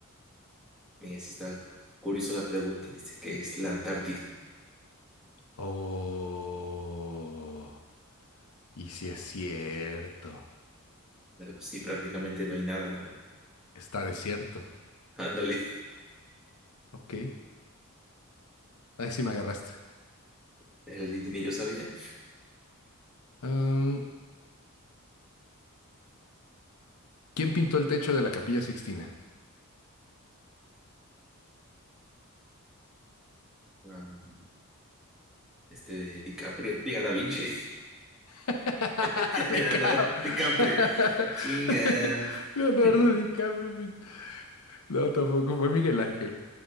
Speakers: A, in the centre; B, on the left.
A: Mira, sí está curiosa la pregunta, dice que es la Antártida.
B: Oh. Y sí es cierto.
A: Pero pues sí, prácticamente no hay nada. ¿eh?
B: Está desierto.
A: Ándale,
B: Ok. Ahí sí me agarraste.
A: <laughs> el ni yo sabía.
B: Mm, ¿quién pintó el techo de la Capilla Sixtina?
A: Ah. Este, DiCaprio. Diga, Da Vinci.
B: <laughs>
A: <laughs>
B: DiCap-
A: Ándale, DiCaprio.
B: <laughs>
A: Chinga.
B: Leonardo
A: <laughs>
B: DiCaprio. mi- No, tampoco fue Miguel Ángel.